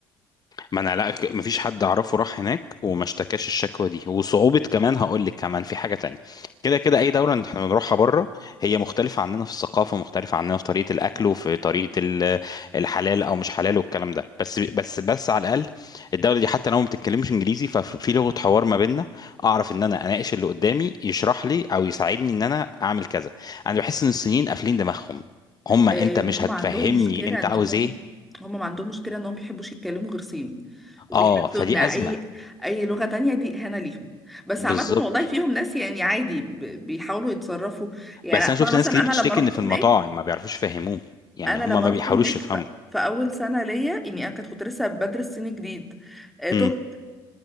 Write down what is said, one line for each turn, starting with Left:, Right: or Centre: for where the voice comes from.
Left: ما انا لا ك- مفيش حد اعرفه راح هناك وما اشتكاش الشكوى دي وصعوبة كمان هقول لك كمان في حاجة تانية كده كده اي دولة احنا بنروحها بره هي مختلفة عننا في الثقافة مختلفة عننا في طريقة الاكل وفي طريقة ال- الحلال او مش حلال والكلام ده بس بس بس على الاقل الدولة دي حتى لو ما بتتكلمش انجليزي ففي لغة حوار ما بيننا اعرف ان انا اناقش اللي قدامي يشرح لي او يساعدني ان انا اعمل كذا انا بحس ان الصينيين قافلين دماغهم هما
Centre: آه،
Left: انت مش
Centre: هم
Left: هتفهمني
Centre: عندهم مشكلة
Left: انت
Centre: إن
Left: عاوز
Centre: هم
Left: ايه
Centre: هم ما عندهم مشكلة إنهم بيحبوش يتكلموا غير صيني وبيحسوا
Left: اه فدي
Centre: إن أي
Left: ازمة
Centre: أي لغة تانية دي إهانة ليهم بس
Left: بالظبط
Centre: عامة والله فيهم ناس يعني عادي ب- بيحاولوا يتصرفوا يعني
Left: بس
Centre: أنا
Left: انا شفت
Centre: مثلا
Left: ناس كتير
Centre: أنا
Left: بتشتكي
Centre: لما رحت
Left: ان في
Centre: هناك
Left: المطاعم ما بيعرفوش يفهموه يعني
Centre: أنا
Left: هم
Centre: لما
Left: ما
Centre: رحت
Left: بيحاولوش
Centre: هناك
Left: يفهموا
Centre: ف... في أول سنة ليا يعني أنا كنت كنت لسه بدرس صيني جديد آه، تهت
Left: امم